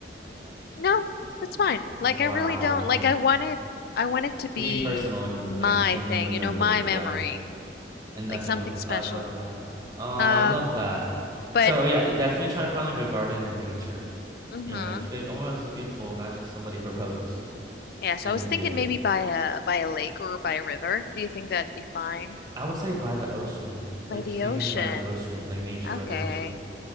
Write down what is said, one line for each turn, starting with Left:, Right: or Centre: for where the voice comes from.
Left: no, that's fine. Like
Right: Wow.
Left: I really don't like I want it I want it to be
Right: To be personal and intimate
Left: my
Right: and something
Left: thing,
Right: you remember.
Left: you know, my
Right: Yeah.
Left: memory.
Right: And nothing
Left: Like something
Right: else.
Left: special.
Right: I love that. Oh,
Left: Um,
Right: I love that.
Left: but
Right: So, oh, yeah, definitely try to find like a garden in nature,
Left: mm-hmm.
Right: you know, and just be like, oh my gosh, this is beautiful. Imagine somebody proposed
Left: Yeah, so
Right: and
Left: I was
Right: then do
Left: thinking
Right: it.
Left: maybe by a by a lake or by a river. Do you think that'd be fine?
Right: I would say by the ocean, like
Left: By the
Right: scenery
Left: ocean.
Right: by the ocean, like nature
Left: Okay.
Right: by the ocean,